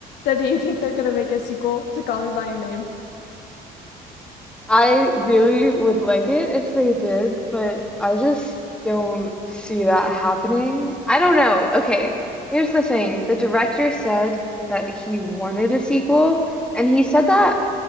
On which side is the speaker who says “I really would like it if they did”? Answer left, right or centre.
Centre